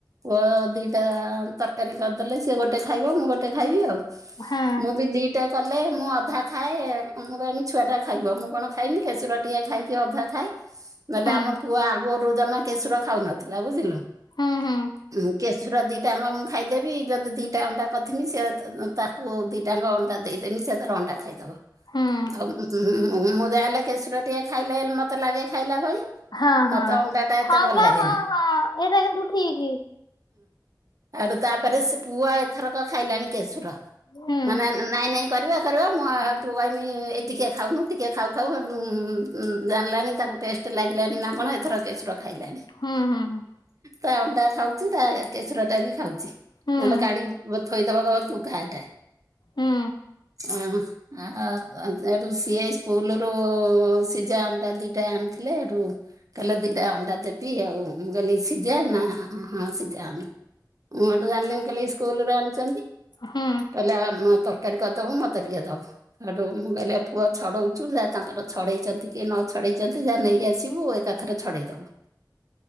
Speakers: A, on the right; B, on the left.
A: ପୁଅ ଦିଟା ତରକାରୀ କରିଦେଲେ ସିଏ ଗୋଟେ ଗୋଟେ ଖାଇବ ମୁଁ ଗୋଟେ ଖାଇବି ଆଉ
B: ହଁ
A: ମୁଁ ବି ଦିଟା କଲେ ମୁଁ ଅଧା ଖାଏ ଆମ ଛୁଆଟା ଖାଇବ ମୁଁ କଣ ଖାଇବି କେଶର ଟିକେ ଖାଇକି ଅଧା ଖାଏ ନହେଲେ
B: ହୁଁ
A: ଆମ ପୁଅ ଆଗ ପୁଅ ଜମା କେଶୁର ଖାଉ ନଥିଲା ବୁଝିଲୁ
B: ହୁଁ ହୁଁ
A: କେଶ୍ କେଶୁରା ଦିଟାଙ୍କା ମୁଁ ଖାଇଦେବି ଯଦି ଦିଟା ଅଣ୍ଡା କରିଥିମି ସେ ତାକୁ ଦିଟାଙ୍କ ଅଣ୍ଡା ଦେଇଦେମି ସେ ତାର ଅଣ୍ଡା ଖାଇଦବ।
B: ହୁଁ
A: ଆଉ ମୁଁ ଯାହେଲେ କେଶର ଟିକେ ଖାଇଲେ ହେଲେ ମୋତେ ଲାଗେ ଖାଇଲା ଭଳି
B: ହଁ ହଁ
A: ମତେ ଅଣ୍ଡାଟା ଏତେ
B: ହଁ
A: ଭଲ
B: ବା
A: ଲାଗେନି
B: ହଁ ହଁ ଏଇଟା କିନ୍ତୁ ଠିକ୍।
A: ଆର ତାପରେ ସେ ପୁଅ ଆଉ ଏଥରକ ଖାଇଲାନି କେଶୁର
B: ହୁଁ
A: ମାନେ ନାଇଁ ନାଇଁ କରିବା କରିବା ମୁଁ ହେଟୁ କହିଁମି ଟିକିଏ ଖାଉନୁ ଟିକିଏ ଖାଉ ଖାଉ ଉଁ ଉଁ ଜାଣିଲାଣି ତାକୁ ଟେଷ୍ଟ ଲାଗିଲାଣିି ନା କଣ ଏଥର କେଶର ଖାଇଲାଣିି
B: ହୁଁ ହୁଁ ହୁଁ।
A: ତା ଅଣ୍ଡା ଖାଉଛି ତା କେଶରଟା ବି ଖାଉଛି। ନହେଲେ
B: ହୁଁ
A: କାଡିିକି ବ ଥୋଇଦବ କହିବ ତୁ ଖା ଏଇଟା।
B: ହୁଁ।
A: ଆହୁଁ ହ ଆ ଆ। ଯେହେତୁ ସିଏ ସ୍କୁଲ ରୁ ସିଝା ଅଣାଟା ଦିଟା ଆଣିଥିଲେ ଏଠୁ କହିଲେ ଦିଟା ଅନ୍ ଅଣ୍ଡା ଦେବି ଆଉ ମୁଁ କାଲି ସିଝା ନା ହଁ ସିଝା ଅଣ୍ଡା ମୁଁ ଏଠୁ ଜାଣିନି ମୁଁ କାଲି ସ୍କୁଲରୁ ଆଣିଛନ୍ତି।
B: ହୁଁ ହୁଁ ହୁଁ ହୁଁ
A: କହିଲେ ଆମ ତରକାରୀ କରିଦବୁ ମତେ ଟିକେ ଦବୁ ଏଠୁ ମୁଁ କହିଲି ପୁଅ ଛଡ଼ଉଛୁ ଯାହା ତାଙ୍କର ଛଡ଼େଇଛନ୍ତି କି ନ ଛଡ଼େଇଛନ୍ତି ଯାହା ନେଇଆସିବୁ ଏକାଥରେ ଛଡ଼େଇ ଦେବୁ।